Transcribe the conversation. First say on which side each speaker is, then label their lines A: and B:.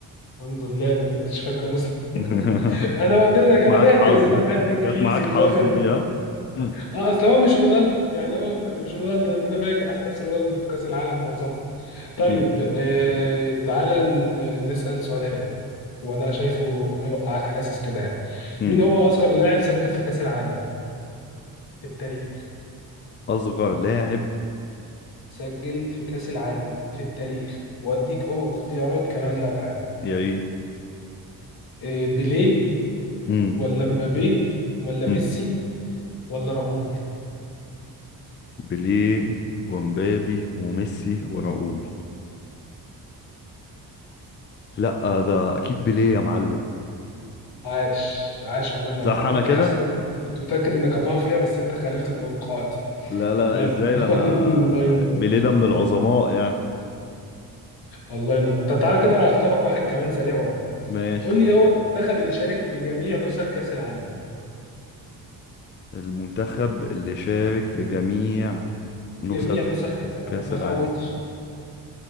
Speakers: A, on the left; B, on the left.
A: الحمد لله انا ما كنتش فاكره اصلا
B: <laughs>
A: <laughs> انا وديتك انا
B: معاك
A: فاكر
B: حظ
A: انه كان حد انجليزي
B: جت معاك
A: انت
B: حظ
A: واخد
B: دي ها <laughs>
A: اه اصل هو مش رونالدو يعني هو مش رونالدو لان انا فاكر احداث رونالدو في كاس العالم معظمها طيب
B: مم.
A: آه تعالى ن- نسأل سؤال حلو وانا شايفه هيوقعك حاسس كده يعني
B: مم.
A: مين هو اصغر لاعب سجل في كأس العالم في التاريخ
B: اصغر لاعب
A: سجل في كأس العالم في التاريخ واديك او اختيارات كمان لو حابب
B: يا ريت
A: آه بيليه
B: امم
A: ولا مبابي ولا ميسي
B: امم
A: ولا راؤول
B: بيليه ومبابي وميسي وراؤول لا ده اكيد بيليه يا معلم
A: عاش عاش الله ينور
B: صح
A: انا كنت
B: انا كده
A: حاسس انك انت كنت متأكد انك هتقع فيها بس انت خالفت توقعاتي
B: لا لا
A: لا
B: لا ازاي
A: <laughs>
B: ده انا
A: الله ينور
B: بيليه ده من العظماء يعني
A: الله ينور طب تعالى كده اخطفك واحد كمان سريع ورا
B: ماشي
A: قول لي إيه هو المنتخب اللي شارك في جميع نسخ كأس العالم
B: المنتخب اللي شارك في جميع نسخ
A: جميع نسخ كأس العالم
B: كأس
A: ما
B: العالم
A: فوتش